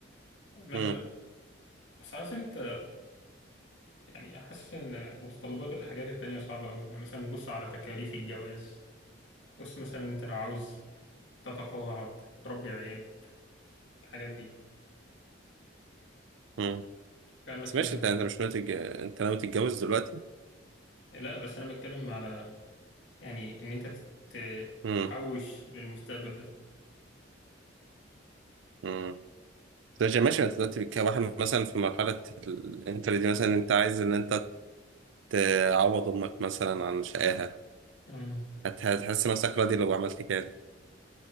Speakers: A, on the left (about 70°); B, on the right (about 75°).
A: مثلا
B: امم
A: بس عايز انت يعني حاسس إن متطلبات الحاجات التانية صعبة أوي يعني مثلا بص على تكاليف الجواز بص مثلا أنت لو عاوز تتقاعد تربي عيال الحاجات دي
B: امم
A: قال مثلا
B: بس ماشي انت انت مش ناوي تتج... انت ناوي تتجوز دلوقتي
A: لا بس أنا بتكلم على يعني إن أنت تت-
B: امم
A: تحوش للمستقبل ده
B: امم ماشي ماشي انت دلوقتي كواحد مثلا في مرحلة الانتر دي مثلا انت عايز ان انت تعوض امك مثلا عن شقاها
A: مم.
B: هت- هتحس نفسك راضي لو عملت كده